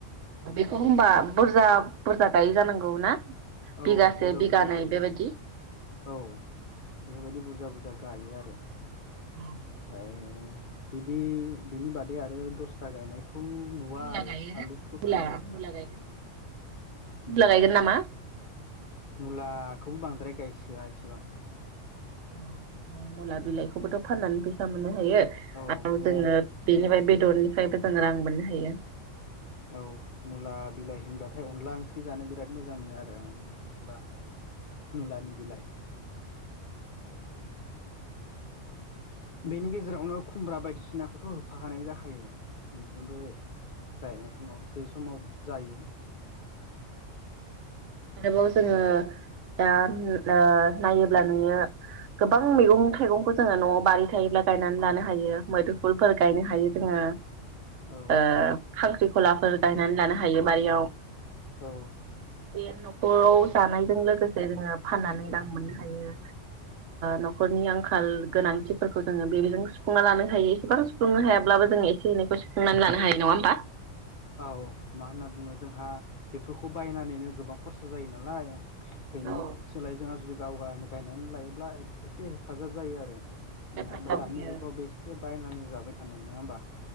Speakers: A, on the left (about 50°); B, on the right (about 75°).
A: ओमफ्राय
B: बेखौ होनबा
A: बेफोरखौ
B: बुरजा बुरजा गायै जानांगौ ना
A: औ
B: बिगासे
A: बुरजा
B: बिगानै
A: बुरजा गायो
B: बेबायदि
A: औ बेफोरबायदि बुरजा बुरजा गायो आरो
B: औ
A: ओमफ्राय बिदि बिनि बादै आरो दस्रा गायनाय खौ नुवा
B: मुला
A: आरो
B: गायोना
A: आलु
B: मुला मुला गायगोन
A: उम
B: मुला गायगोन नामा
A: मुलाखौबो बांद्राय गायसोआ एसेबां
B: औ मुला बिलाइखौबोथ' फाननानै फैसा मोनो आरो
A: औ
B: जोङो
A: मुल
B: बेनिफ्राय बेदरनिफ्रायबो जोङो रां मोननो हायो <inaudible>
A: औ मुला बिलाइ होनबाथाय अनला ओंख्रि जानो बिराद मोजां मोनो आरो आं मुला होनबाथाय मुलानि बिलाइ बेनि गेजेरावनो खुमब्रा बायदिसिनाखौथ' होफाखानाय जाखायो मोनफ्रोमबो गायनाय समाव जे समाव जायो
B: आरोबाव जोङो दा ओ नायोब्ला नोयो गोबां मैगं थाइगंखौ जोङो न'आव बारि थायोब्ला गायनानै लानो हायो मोदोम फुलफोर गायनो हायो जोङो
A: औ
B: ओ खांख्रिखलाफोर गायनानै लानो हायो बारियाव
A: औ
B: बे न'खराव जानायजों लोगोसे जोङो फाननानै रां मोननो हायो न'खरनि आंखाल गोनांथिफोरखौ जोङो बेजों सुफुंना लानो हायो एसेबां सुफुंनो हाया ब्लाबो जों एसे एनैखौ सोंनानै लानो हायो नङा होमबा
A: औ मा होनना बुङो जोंहा बेफोरखौ बायनानैनो गोबां खरसा जायो नालाय बेनि
B: औ
A: सोलाय जोंहा जुदि गाव गावनो गायनानै लायोब्ला एसे हेफाजाब जायो आरो
B: हेफाजाब
A: नङाबा दानि
B: होयो
A: जुगाव बेसे बायनानानै जाबाय थानो नङा होमबा